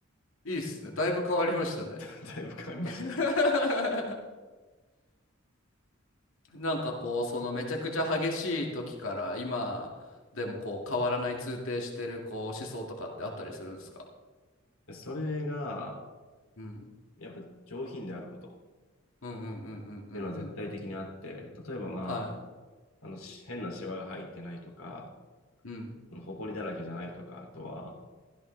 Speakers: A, on the left (about 75°); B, on the left (about 90°).
A: いいっすね。だいぶ変わりましたね。
B: <laughs> だいぶ変わりまし
A: <laughs> なんかこう、そのめちゃくちゃ激しい時から今でもこう変わらない通底してるこう思想とかってあったりするんですか
B: た。それが、
A: うん。
B: やっぱ上品であること
A: うんうんうんうんうんうん。
B: っていうのは絶対的にあって、例えばま
A: は
B: あ、あの、し変なシワが入ってないとか、
A: い。うん。
B: あの、埃だらけじゃないとか、あとは、